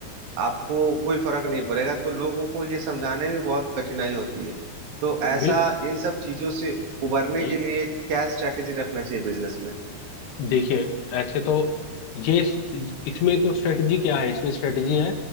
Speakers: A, on the right; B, on the left.
A: आपको कोई फर्क नहीं पड़ेगा तो लोगों को ये समझाने में बहुत कठिनाई होती है तो ऐसा
B: बिल-
A: इन सब चीजों से उबरने
B: ये
A: के लिए क्या स्ट्रैटेजी रखना चाहिए बिजनेस में
B: देखिए ऐसे तो ये इसमें तो स्ट्रेटजी क्या है इसमें स्ट्रेटजी है